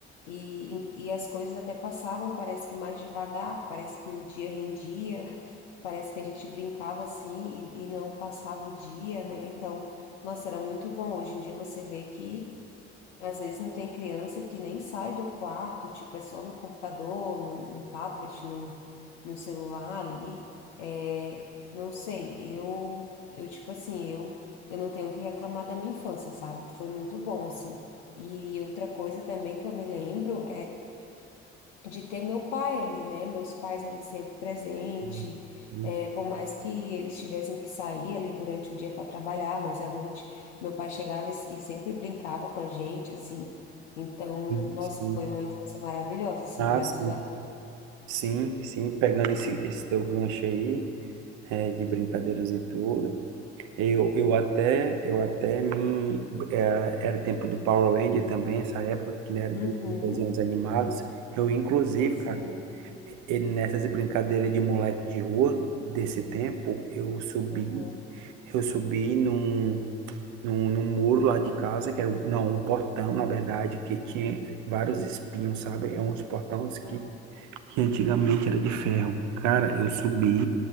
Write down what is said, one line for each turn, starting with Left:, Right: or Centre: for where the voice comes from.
Left: e, e as coisas até passavam, parece que mais devagar, parece que o dia rendia. Parece que a gente brincava assim e, e não passava o dia, né? Então, nossa, era muito bom. Hoje em dia você vê que às vezes não tem criança que nem sai do quarto, tipo, é só no computador, no, no tablet, no, no celular ali. É, não sei, eu, eu tipo assim, eu, eu não tenho o que reclamar da minha infância, sabe? Foi muito bom, assim. E outra coisa também que eu me lembro de ter meu pai ali, né? Meus pais ali sempre presente,
Right: Sim, sim,
Left: é, por mais que eles tivessem que sair ali durante o dia para trabalhar, mas à noite meu pai chegava e e sempre brincava com a gente, assim. Então,
Right: sim.
Left: nossa, foi uma infância maravilhosa, assim,
Right: Ah,
Left: graças
Right: sim,
Left: a
Right: sim, sim, pegando esse, esse teu gancho aí, é, de brincadeiras e tudo. Eu, eu até, eu até me, eh, era tempo do Power Ranger também, essa época que né, era
Left: Uhum,
Right: do- dos desenhos animados. Eu, inclusive,
Left: sim,
Right: cara, e nessas brincadeiras de moleque de rua desse tempo, eu subi,
Left: uhum,
Right: eu subi num, num, num muro lá de casa, que era, um- não, um portão, na verdade, que tinha vários espinhos, sabe? É uns portões que,
Left: uhum.
Right: que antigamente era de ferro. Cara, eu subi,